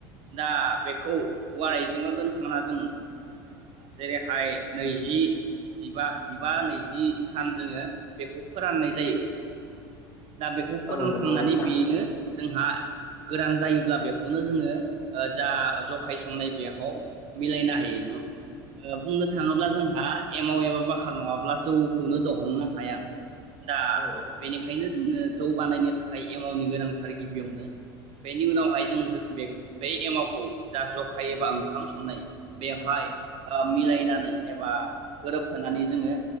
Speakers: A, on the right; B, on the left.
A: दा बेखौ औवा आइजेंयाव दोनखांना जों जेरैहाय नैजि जिबा जिबा नैजि सान जोङो बेखौ फोराननाय जायो। दा बेखौ फोरानखांनानै
B: औ औ नंगौ नोंथां
A: बेनो
B: खोनादों
A: जोंहा गोरान जायोब्ला बेखौनो जोङो। जा जखाय संनाय बेयाव मिलायनो हायो न बुंनो थाङोब्ला जोंहा एमाव एबा बाखार नङाब्ला जौखौनो दहननो हाया। दा
B: औ
A: बेनिखायनो जोंनो जौगानायनो थाखाय एमावनि गोनांथार गिबियावनो बेनि उनावहाय जों बे बेै एमावखौ जा जखाय एबा ओंखाम संनाय बेवहाय मिलायनानै एबा गोरोबहोनानै जोङो